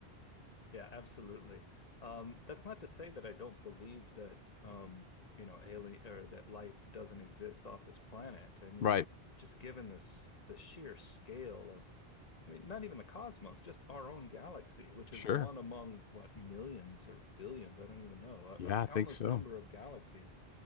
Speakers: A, on the left (about 40°); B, on the left (about 65°).
A: Yeah, absolutely. Um, that's not to say that I don't believe that um, you know, alien or that life doesn't exist off this planet. I mean,
B: Right.
A: just given this the sheer scale of, I mean, not even the cosmos, just our own galaxy, which
B: Sure.
A: is one among what millions or billions, I don't even know, a,
B: Yeah,
A: a countless
B: I think so.
A: number of galaxies.